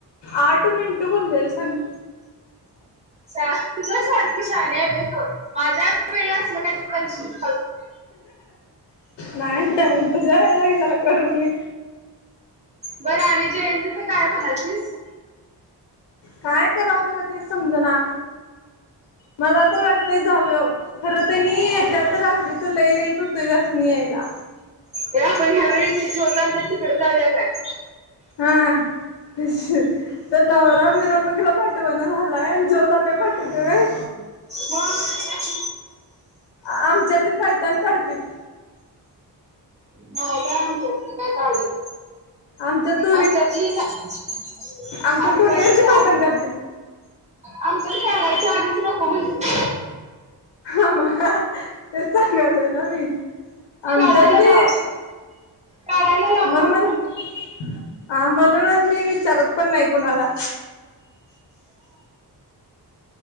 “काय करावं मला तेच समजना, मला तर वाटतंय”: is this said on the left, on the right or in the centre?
Left